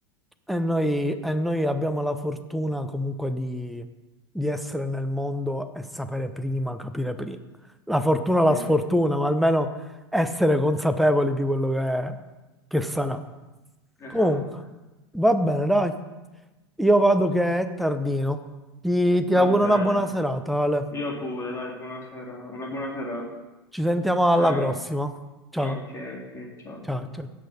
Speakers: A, in the centre; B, on the left.
A: e noi, e noi abbiamo la fortuna comunque di, di essere nel mondo e sapere prima, capire prima. La fortuna,
B: Sì,
A: la sfortuna, ma almeno essere consapevoli di quello che, che sarà.
B: esatto.
A: Comunque, va bene, dai. Io vado che è tardino. Ti, ti
B: Va
A: auguro
B: bene.
A: una buona serata, Ale.
B: Io pure, dai, buona sera, una buona serata.
A: Ci sentiamo
B: Ciao.
A: alla prossima. Ciao,
B: Ok, ok, ciao,
A: ciao,
B: ciao.
A: ciao.